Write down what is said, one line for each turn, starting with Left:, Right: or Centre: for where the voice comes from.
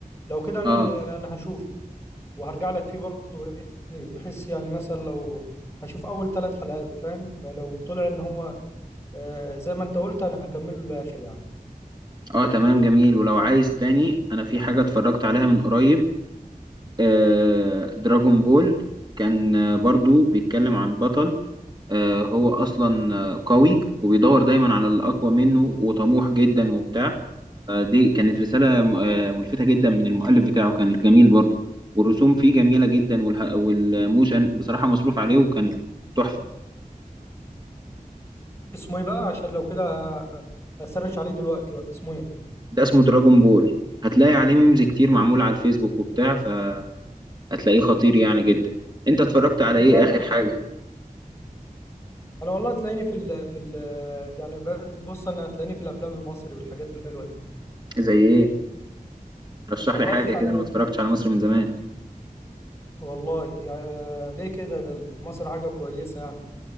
Left: لو كده ن-
Right: اه
Left: انا هشوفه وهرجع لك فيه برضه ايه بحيث يعني مثلا لو هشوف اول ثلاث حلقات فاهم فلو طلع ان هو آه، زي ما انت قلت انا هكمله للاخر يعني
Right: اه تمام جميل ولو عايز تاني انا في حاجة اتفرجت عليها من قريب آه، دراجون بول كان آه، برضو بيتكلم عن بطل آه، هو أصلا آه، قوي وبيدور دايما على الأقوى منه وطموح جدا وبتاع فدي كانت رسالة م- آه، ملفتة جدا من المؤلف بتاعه كانت جميل برضو والرسوم فيه جميلة جدا والها- والموشن بصراحة مصروف عليه وكان تحفة
Left: اسمه ايه بقى عشان لو كده آه، اسرش عليه دلوقتي بقى اسمه ايه
Right: ده اسمه دراجون بول هتلاقي عليه ميمز كتير معمولة على الفيسبوك وبتاع فهتلاقيه خطير يعني جدا انت اتفرجت على
Left: لا
Right: ايه
Left: لا
Right: آخر حاجة
Left: انا والله هتلاقيني في ال في ال يعني ب- بص انا هتلاقيني في الافلام المصري والحاجات الحلوه دي
Right: زي ايه رشح
Left: والله
Right: لي حاجه
Left: الحق
Right: كده انا ما اتفرجتش على مصري من زمان
Left: والله يعني آه، ليه كده ده مصر حاجه كويسه يعني